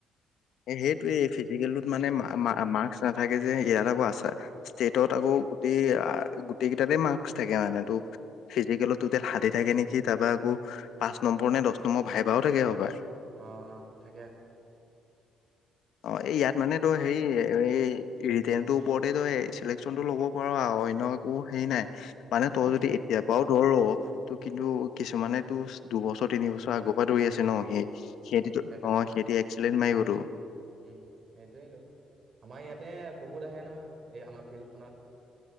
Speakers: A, on the left (about 75°); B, on the right (about 45°).
A: এই সেইটোৱেই, এই ফিজিকেলটোত মানে মাৰ্কচ নাথাকে যে, ইয়াত আকৌ আছে। ষ্টেটত আকৌ গোটেই আ' গোটেই কেইটাতে মাৰ্কচ থাকে, মানে তোৰ ফিজিকেলত টুটেল ষাঠি থাকে নেকি? তাৰপা আকৌ পাঁচ নম্বৰ নে দহ নম্বৰ ভাইবাও থাকে হপাই।
B: অ', অ' থাকে।
A: অ' এই ইয়াত মানে তোৰ হেৰি এই ৰিতেনটোৰ ওপৰতেই তই চিলেকচনতটো ল'ব পাৰ আৰু, অন্য একো হেৰি নাই, মানে তই
B: উম
A: যদি এতিয়াৰ পৰাও দৌৰ' তোৰ কিন্তু কিছুমানে তোৰ দুবছৰ তিনিবছৰ আগৰ পৰা দৌৰি আছে ন, সেই সিহতিতো
B: সিহঁতৰ
A: অ' সিহতি এক্সেলেণ্ট মাৰিবতো।
B: উম, সেইটোৱেই টো। আমাৰ ইয়াতেই বহুত আহে নহয়, এই আমাৰ ফিল্ডখনত।